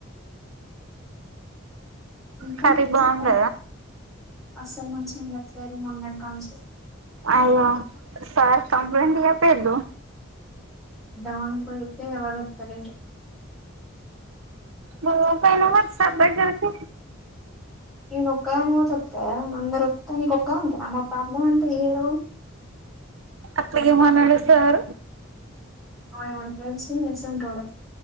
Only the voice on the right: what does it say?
కరి బాంగ్
అయ్యో సార్ కంప్లేట్ అేలు
మూ పైన వర్సదగకి
అక్క ఏ మానాడు సార్